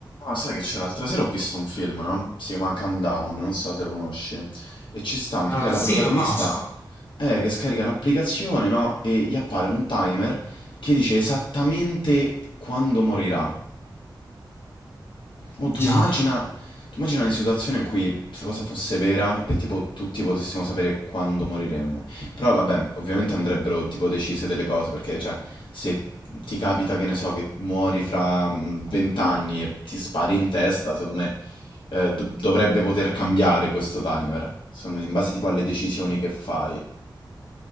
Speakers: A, on the left (about 75°); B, on the left (about 30°).
A: Ah, sai che c'è l'altra sera ho visto un film, no? Si chiama Countdown, non so se lo conosci. E ci sta, un
B: Ah,
A: prega la
B: sì,
A: protagonista
B: lo conosco.
A: è che scarica un'applicazione, no? E gli appare un timer che dice esattamente quando morirà. Mo tu
B: Già,
A: immagina, tu immagina le situazioni in cui questa cosa fosse vera e tipo tutti potessimo sapere quando moriremmo. Però vabbè, ovviamente andrebbero tipo decise delle cose, perché cioè se ti capita che ne so che muori fra mm, vent'anni e ti spari in testa, secondo me eh, do- dovrebbe poter cambiare questo timer, secondo me, in base tipo alle decisioni che fai.